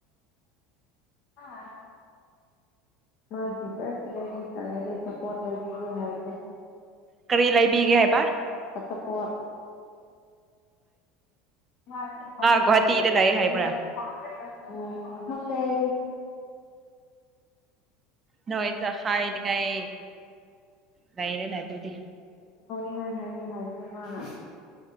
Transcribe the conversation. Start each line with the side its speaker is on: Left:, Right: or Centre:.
Left: ꯑ ꯃꯥꯒꯤꯗꯤ ꯆꯪꯅꯗꯤ ꯑꯄꯣꯠ ꯂꯩꯕꯤꯒꯦ ꯍꯥꯏꯕꯅꯦ
Right: ꯀꯔꯤ ꯂꯩꯕꯤꯒꯦ ꯍꯥꯏꯕ
Left: ꯑꯆꯥꯄꯣꯠ ꯃꯥ ꯃ
Right: ꯒꯨꯍꯥꯇꯤꯗ
Left: ꯄꯥ꯭ꯔ
Right: ꯂꯩ ꯍꯥꯏꯕ꯭ꯔꯥ
Left: ꯎꯝ ꯍꯗꯦꯒꯦ
Right: ꯅꯣꯢꯗ ꯀꯥꯌꯦꯗꯤ ꯀꯥꯌꯦ ꯅꯩꯔꯦꯅꯦ ꯑꯗꯨꯗꯤ
Left: ꯅꯨꯡꯉꯥꯏ ꯍꯥꯏꯗꯦ ꯍꯥꯏꯗꯅꯦ ꯃꯥꯅ